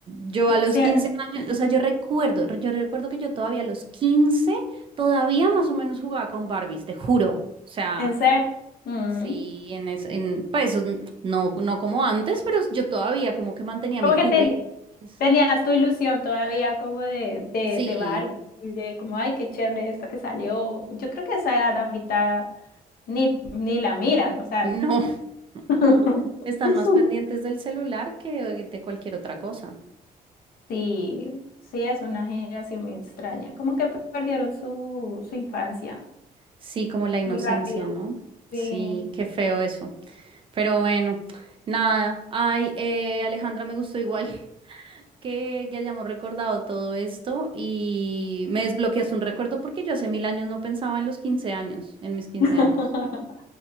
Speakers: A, on the right; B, on the left.
A: yo a los
B: Sí,
A: 15 años, o sea, yo recuerdo, yo recuerdo que yo todavía a los 15 todavía más o menos jugaba con Barbies, te juro. O sea,
B: en serio. Mm.
A: sí, en, es- en pues n- no, no como antes, pero yo todavía como que mantenía
B: Como
A: mis
B: que
A: juguetes.
B: ten- tenías tu ilusión todavía como de, de,
A: Sí,
B: de Barbie, de como, ay, qué chévere esto que salió. Yo creo que esa edad ahorita ni, ni la miran, o sea.
A: no,
B: <laughs>
A: <laughs> están más pendientes del celular que de cualquier otra cosa.
B: Sí, sí, es una generación muy extraña. Como que perdieron su, su infancia.
A: Sí, como la inocencia,
B: Muy rápido.
A: ¿no?
B: Sí.
A: Sí, qué feo eso. Pero bueno, nada. Ay, eh, Alejandra, me gustó igual. que, que hayamos recordado todo esto y me desbloqueas un recuerdo porque yo hace mil años no pensaba en los 15 años, en mis 15
B: <laughs>
A: años.